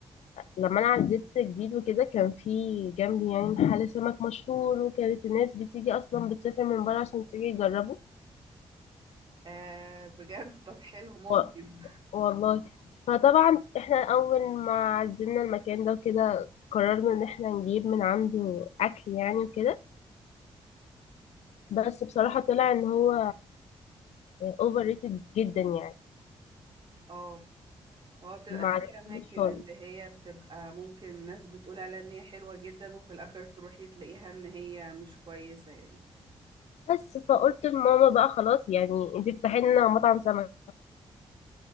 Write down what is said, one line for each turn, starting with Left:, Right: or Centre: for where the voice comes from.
Left: لما أنا عزلت جديد وكده كان في جنبي يعني محل سمك مشهور وكانت الناس بتيجي أصلا بتسافر من بره عشان تيجي يجربه
Right: آه بجد طب حلو ممكن
Left: و... والله فطبعا إحنا أول ما عزلنا المكان ده وكده قررنا إن إحنا نجيب من عنده أكل يعني وكده بس بصراحة طلع
Right: <laughs>
Left: ان هو اوفر ريتد جدا يعني
Right: اه هو بتبقى
Left: ما عجبنيش
Right: في اماكن
Left: خالص
Right: اللي هي بتبقى ممكن ناس بتقول عليها ان هي حلوة جدا وفي الاخر تروحي تلاقيها ان هي مش كويسة يعني
Left: بس فقلت لماما بقى خلاص يعني انت بتفتحي لنا مطعم سمك